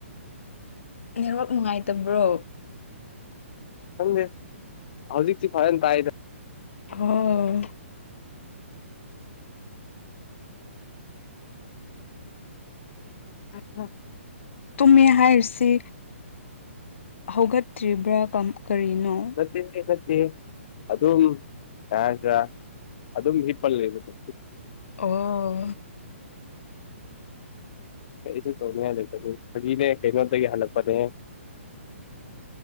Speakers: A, on the left; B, on the left.
A: ꯅꯦꯠꯋꯥꯛ ꯅꯨꯡꯉꯥꯏꯇꯕ꯭ꯔꯣ
B: ꯈꯪꯗꯦ ꯍꯧꯖꯤꯛꯇꯤ ꯐꯔꯅ ꯇꯥꯏꯗ
A: ꯑꯣ
B: ꯑ ꯍ
A: ꯇꯨꯝꯃꯦ ꯍꯥꯏꯔꯤꯁꯤ ꯍꯧꯒꯠꯇ꯭ꯔꯤꯕ꯭ꯔꯥ ꯀꯔꯤꯅꯣ
B: ꯅꯠꯇꯦ ꯅꯠꯇꯦ ꯑꯗꯨꯝ ꯌꯥꯁꯤꯔ ꯑꯗꯨꯝ ꯍꯤꯞꯄꯜꯂꯕꯗ
A: ꯑꯣ
B: ꯑꯩ ꯑꯩꯁꯨ ꯇꯧꯅꯤꯡꯉꯥꯏ ꯂꯩꯇꯅꯤ ꯐꯒꯤꯅꯦ ꯀꯩꯅꯣꯗꯒꯤ ꯍꯜꯂꯛꯄꯅꯦ